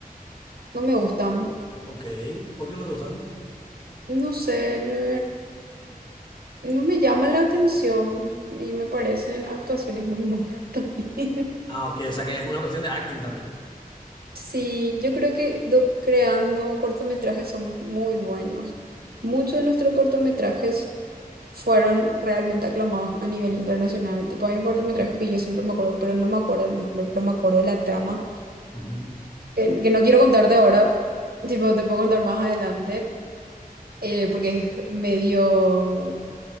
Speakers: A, on the right; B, on the left.
A: no me gustan.
B: Ok, ¿por qué no te gustan?
A: No sé, no, no me llama la atención y me parecen actuaciones muy malas <laughs> también.
B: Ah, ok, o sea que es una cuestión de acting también.
A: Sí, yo creo que do- creando cortometrajes somos muy buenos. Muchos de nuestros cortometrajes fueron realmente aclamados a nivel internacional. Tipo, hay un cortometraje que yo siempre me acuerdo, pero no me acuerdo el nombre, pero me acuerdo de la trama,
B: Ujú.
A: que, que no quiero contarte ahora, tipo, te puedo contar más adelante, eh, porque es medio...